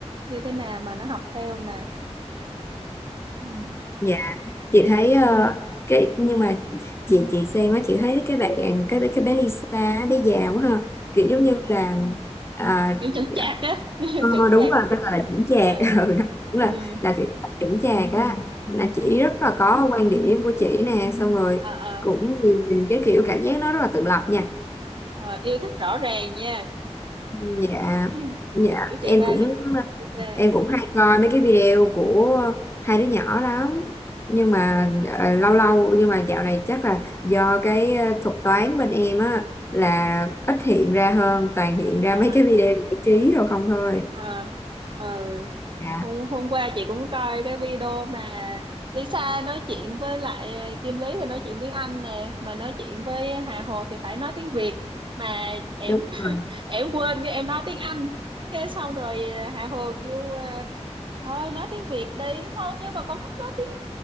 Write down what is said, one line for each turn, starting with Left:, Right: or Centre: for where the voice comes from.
Right: như thế nào mà nó học theo mà ừ.
Left: Dạ, chị thấy ờ, cái nhưng mà chị chị xem á chị thấy cái bạn cái bé- cái bé Lisa á, bé già quá ha.
Right: Ừ.
Left: Kiểu giống như
Right: Ừ,
Left: là
Right: ừ.
Left: à,
Right: kiểu chững
Left: dạ,
Right: chạc á <laughs>
Left: ờ,
Right: chững
Left: đúng
Right: chạc
Left: rồi, tên là, là chững chạc.
Right: Ờ.
Left: <laughs> Ừ, nó cũng
Right: ừ.
Left: là là kiểu như là chững chạc á. Là chị rất là có quan điểm của chị nè, xong rồi
Right: Ờ, ờ.
Left: cũng nhìn, nhìn cái kiểu cảm giác nó rất là tự lập nha.
Right: Ờ, yêu thích rõ ràng nha
Left: dạ
Right: <laughs>
Left: dạ
Right: kiểu
Left: em
Right: chị ba
Left: cũng
Right: Li- Lisa
Left: em cũng hay coi mấy cái video của hai đứa nhỏ lắm nhưng mà ờ, lâu lâu nhưng mà dạo này chắc là do cái ờ, thuật toán bên em á là ít hiện ra hơn toàn hiện ra
Right: à,
Left: mấy cái video giải trí rồi không thôi
Right: à, ờ,
Left: dạ
Right: hôm, hôm qua chị cũng coi cái video mà Lisa nói chuyện với lại ờ, Kim Lý thì nói chuyện tiếng Anh nè mà nói chuyện với Hà Hồ thì phải nói tiếng Việt mà em
Left: đúng
Right: <laughs>
Left: rồi
Right: em quên cái em nói tiếng Anh cái xong rồi ờ, Hà Hồ kêu ờ, thôi nói tiếng Việt đi không nhưng mà con thích nói tiếng